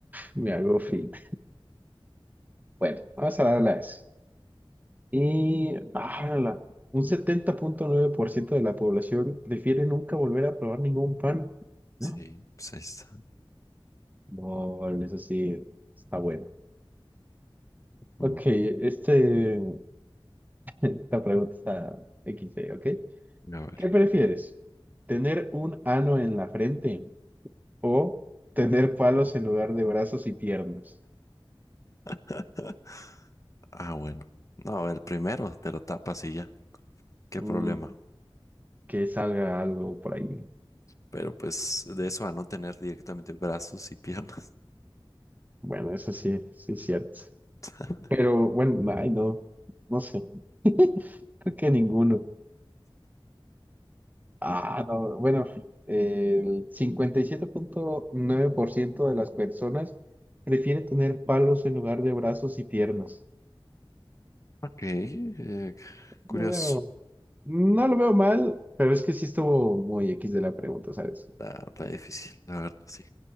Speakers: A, on the right; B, on the left.
A: me hago fit. Bueno, vamos a darle a eso. Y, ah, un 70.9% de la población prefiere nunca volver a probar ningún pan.
B: sí,
A: No,
B: pues ahí está.
A: No, eso sí, está bueno.
B: Mm,
A: Ok, este, <laughs> esta pregunta está XD, ¿ok?
B: a ver.
A: ¿Qué prefieres? ¿Tener un ano en la frente? O tener palos en lugar de brazos y piernas.
B: <laughs> Ah, bueno. No, el primero te lo tapas y ya. Qué
A: Mm,
B: problema.
A: que salga algo por ahí.
B: Pero pues de eso a no tener directamente brazos y piernas.
A: Bueno, eso sí, sí es cierto.
B: <laughs>
A: Pero bueno, ay, no, no sé. <laughs> Creo que ninguno. Ah, no, bueno, el cincuenta y siete punto nueve por ciento de las personas prefiere tener palos en lugar de brazos y piernas.
B: Ok, eh, curioso.
A: No veo- no lo veo mal, pero es que sí estuvo muy X de la pregunta, ¿sabes?
B: Está, está difícil, la verdad, sí.